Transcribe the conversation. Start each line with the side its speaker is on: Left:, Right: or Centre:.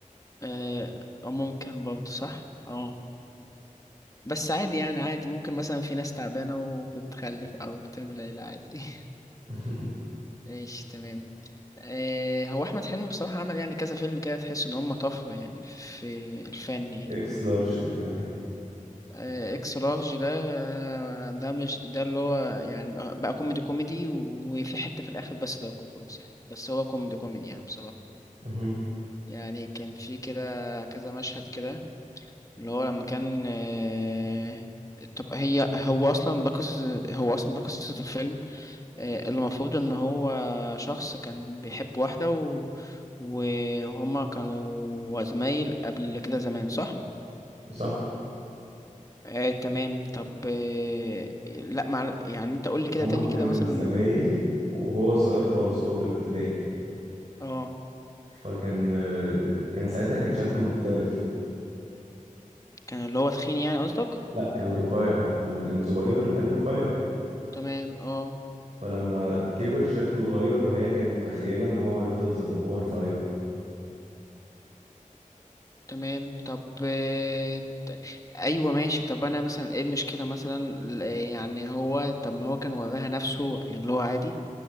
Left: آه أو ممكن برضه صح اه بس عادي يعني عادي ممكن مثلا في ناس تعبانة وبتخلف او بتعمل عيلة عادي <laughs>
Right: <laughs>
Left: ايش تمام آه هو احمد حلمي بصراحه عمل يعني كذا فيلم كده تحس ان هم طفره يعني في الفن يعني
Right: اكس لارج كان حلو
Left: آه اكس لارج ده آه ده مش ده اللي هو يعني بقى, بقى كوميدي كوميدي وفي حته في الاخر بس ده خلاص يعني بس هو كوميدي كوميدي يعني بصراحه
Right: مهم.
Left: يعني كان في كده كذا مشهد كده اللي هو لما كان آه طب هي هو اصلا ده قصه هو اصلا ده قصه الفيلم آه، اللي المفروض ان هو شخص كان بيحب واحدة و... وهما كانوا زمايل قبل كده زمان صح؟
Right: صح
Left: آه تمام طب آه لا مع... يعني انت قول لي كده
Right: هما
Left: تاني
Right: كانوا
Left: كده مثلا
Right: زمايل وهو صغير خالص وهو في الابتدائي
Left: اه
Right: فكان آه، كان ساعتها كان شكله مختلف
Left: كان اللي هو تخين يعني قصدك؟
Right: لا كان رفيع لما كان صغير كان رفيع
Left: تمام اه
Right: فلما كبر شكله اتغير وهي كانت متخيلة ان هو هيفضل زي ما هو رفيع
Left: تمام طب آه، ت- ايوه ماشي طب انا مثلا ايه المشكله مثلا ل- يعني هو طب ما هو كان وراها نفسه يعني اللي هو عادي